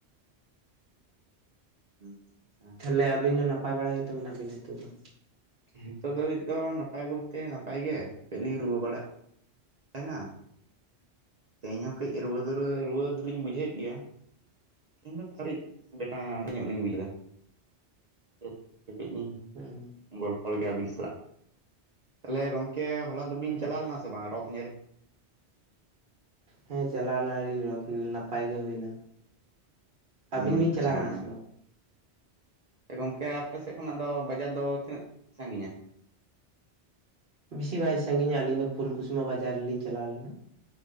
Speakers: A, on the right (about 40°); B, on the right (about 55°).
A: ᱦᱩᱸᱻ ᱟᱪᱪᱷᱟ
B: ᱛᱟᱦᱚᱞᱮ ᱟᱵᱤᱱ ᱫᱚ ᱱᱟᱯᱟᱭ ᱵᱟᱲᱟ ᱜᱮᱛᱚ ᱢᱮᱱᱟᱜ ᱵᱤᱱᱟ ᱱᱤᱛᱚᱜ ᱫᱚ?
A: ᱱᱤᱛᱚᱜ ᱫᱷᱟᱹᱨᱤᱵ ᱫᱚ ᱱᱟᱯᱟᱭ ᱵᱚᱞᱛᱮ ᱱᱟᱯᱟᱭ ᱜᱮ ᱠᱟᱹᱡ ᱞᱤᱧ ᱨᱩᱣᱟᱹ ᱵᱟᱲᱟ ᱮᱱᱟ ᱛᱮᱦᱤᱧ ᱦᱚᱸ ᱠᱟᱹᱡ ᱨᱩᱣᱟᱹ ᱫᱚ ᱨᱩᱣᱟᱹ ᱨᱩᱣᱟᱹ ᱫᱚᱞᱤᱧ ᱵᱩᱡᱷᱟᱹᱣᱮᱫ ᱜᱮᱭᱟ᱾ ᱤᱧ ᱫᱚ ᱛᱟᱨᱤᱡ ᱵᱮᱴᱟᱝ ᱵᱟᱜᱮ ᱧᱚᱜ ᱞᱤᱧ ᱵᱩᱡᱫᱟ <unintelligible> ᱠᱟᱹᱴᱤᱡ ᱞᱤᱧ
B: ᱦᱩᱸ
A: ᱜᱚᱞᱯᱷᱚ ᱞᱮ ᱜᱮ ᱟᱹᱵᱤᱱ ᱥᱟᱞᱟᱜ᱾ ᱛᱟᱦᱚᱞᱮ ᱜᱚᱢᱠᱮ ᱦᱚᱞᱟ ᱫᱚᱵᱤᱱ
B: ᱦᱩᱸ
A: ᱪᱟᱞᱟᱣ ᱞᱮᱱᱟ ᱥᱮ ᱵᱟᱝ ᱨᱚᱛ ᱧᱮᱞ?
B: ᱦᱮᱸ ᱪᱟᱞᱟᱣ ᱞᱮᱱᱟ ᱞᱤᱧ ᱨᱚᱛ ᱧᱮ ᱱᱟᱯᱟᱭ ᱜᱤ ᱦᱩᱭᱱᱟ᱾
A: ᱟᱪᱪᱷᱟ
B: ᱟᱵᱤᱱ ᱵᱤᱱ ᱪᱟᱞᱟᱣ ᱞᱮᱱᱟ ᱥᱮ ᱵᱟᱝ?
A: ᱮ ᱜᱚᱢᱠᱮ ᱟᱯᱮ ᱥᱮᱫ ᱠᱷᱚᱱᱟᱜ ᱫᱚ ᱵᱟᱡᱟᱨ ᱫᱚ ᱛᱤᱱᱟᱹᱜ ᱥᱟᱺᱜᱤᱧᱼᱟ?
B: ᱵᱮᱥᱤ ᱵᱟᱭ ᱥᱟᱺᱜᱤᱧᱼᱟ ᱟᱞᱤᱧ ᱫᱚ ᱯᱷᱩᱞᱠᱩᱥᱢᱟᱹ ᱵᱟᱡᱟᱨ ᱨᱮᱞᱤᱧ ᱪᱟᱞᱟᱣ ᱞᱮᱱᱟ᱾